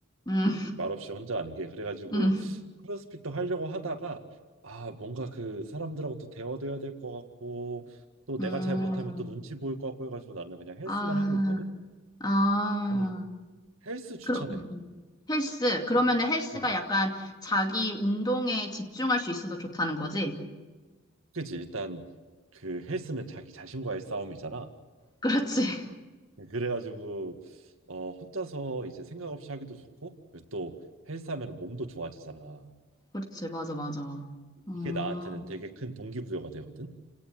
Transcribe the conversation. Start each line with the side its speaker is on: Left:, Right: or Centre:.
Left: 음,
Right: 말없이 혼자 하는 게 그래가지고
Left: <laughs> 음,
Right: 크로스핏도 하려고 하다가 아 뭔가 그 사람들하고 또 대화도 해야 될 것 같고 또
Left: 음,
Right: 내가 잘 못하면 또 눈치 보일 것 같고 해가지고 나는 그냥 헬스만
Left: 아,
Right: 하고 있거든.
Left: 아.
Right: 오늘 헬스 추천해.
Left: 그럼 음. 헬스. 그러면은 헬스가
Right: 음,
Left: 약간 자기 운동에 집중할 수 있어서 좋다는 거지?
Right: 그치 일단 그 헬스는 자기 자신과의 싸움이잖아.
Left: 그렇지. <laughs>
Right: 그래가지고 어 혼자서 이제 생각 없이 하기도 좋고 그리고 또 헬스하면 몸도 좋아지잖아.
Left: 그렇지. 맞아, 맞아. 아,
Right: 이게 나한테는 되게 큰 동기부여가 되거든.